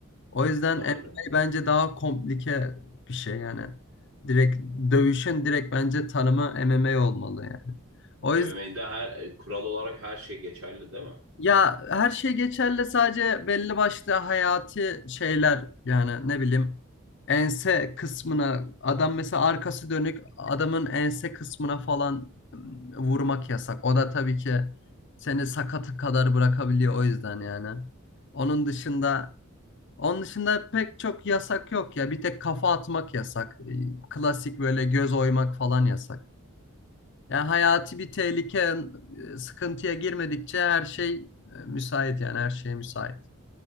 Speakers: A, on the left; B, on the right.
A: O yüzden
B: Doğru.
A: MMA bence daha komplike bir şey yani. Direkt dövüşün direkt bence tanımı MMA olmalı yani. O
B: MMA'de
A: yüzden
B: her e, kural olarak her şey geçerli değil mi?
A: ya her şey geçerli sadece belli başlı hayati şeyler yani ne bileyim ense kısmına adam mesela arkası dönük adamın ense kısmına falan ım, vurmak yasak. O da tabii ki seni sakatı kadar bırakabiliyor o yüzden yani. Onun dışında Onun dışında pek çok yasak yok ya. Bir tek kafa atmak yasak. E, Klasik böyle göz oymak falan yasak. Yani hayati bir tehlike, e, sıkıntıya girmedikçe her şey e, müsait yani her şeye müsait.